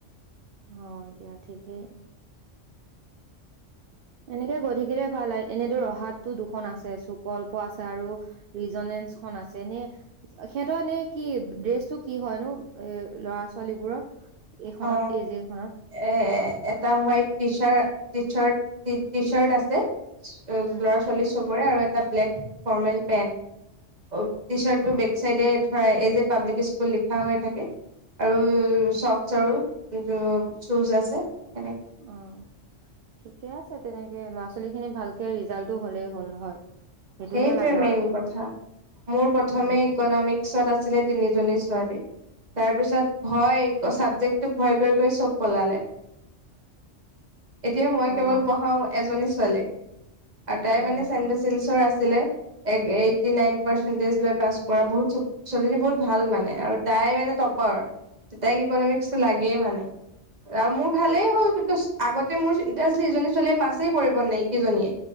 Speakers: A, on the right; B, on the right.
A: হয় এতিয়া ঠিকেই এনেকে গৈ থাকিলে ভাল এনেতো ৰহাতটো দুখন আছে চুকল্প আছে আৰু ৰিজনেঞ্চখন আছে এনে সিহঁতৰ এনে কি ড্ৰেচ টো কি হয় নো এ ল'ৰা ছোৱালীবোৰৰ এইখনত
B: অ
A: এই যে এইখনত
B: এ এটা white T shirt T shirt T shirt আছে
A: উম
B: ল'ৰা ছোৱালী চব চবৰে আৰু এটা ব্লেক ফৰ্মেল পেনট অ টি চাৰ্ট
A: অ
B: টো বেক চাইডে ধৰা যে পাব্লিক স্কুল লিখা হৈ থাকে আৰু চাৰ চুজ আছে এনে
A: অ ঠিকে আছে তেনেকে ল'ৰা ছোৱালী খিনি ভালকে ৰিজাল্টটো হ'লেই হ'ল হয় সেইটোহে
B: সেইটোৱে
A: লাগে
B: মেইন
A: আৰু
B: কথা মোৰ প্ৰথমে
A: উম
B: ইকনমিক ওচৰত আছিলে তিনিজনী ছোৱালী তাৰ পিছত ভয় চাবজেক্টটোক ভয় কৰি কৰি চব পলালে এতিয়া মই
A: অ
B: কেৱল পঢ়াও এজনী ছো ছোৱালী আৰু তাই
A: অ
B: মানে চেনভেচেলছৰ আছে আছিলে এইটি নাইন পাৰ্চটেজ লৈ পাছ কৰা বহুত ছোৱালীজনী বহুত ভাল মানে আৰু তাই মানে টপাৰ তাইক ইকনমিকসটো লাগেই মানে আৰু মোৰ ভালেই হল আগতে মোৰ চিন্তা আছিল ইজনী ছোৱালীয়ে পাছে কৰিব নাইকেইজনীয়ে